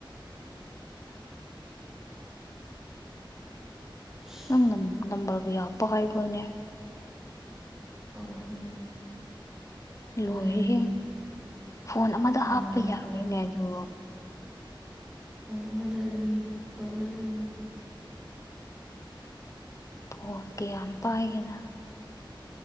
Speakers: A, in the centre; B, on the left.
A: ꯍ <inaudible>
B: ꯅꯪ ꯅꯝꯕꯔꯒ ꯌꯥꯄ ꯄꯥꯏꯕꯔꯣꯅꯦ
A: ꯑꯍꯨꯝ
B: ꯂꯣꯏꯔꯦꯍꯦ
A: ꯃꯔꯤ
B: ꯐꯣꯟ ꯑꯃꯗ
A: ꯃꯉꯥ
B: ꯍꯥꯞꯄ ꯌꯥꯕꯩꯅꯦ
A: ꯇꯔꯥ
B: ꯑꯗꯣ
A: ꯃꯥꯟ ꯑꯃꯗ ꯑꯅꯤ ꯋꯥꯟ ꯑꯃꯗ ꯑꯅꯤ
B: ꯐꯣꯟ ꯀꯌꯥꯝ ꯄꯥꯏꯒꯦꯅ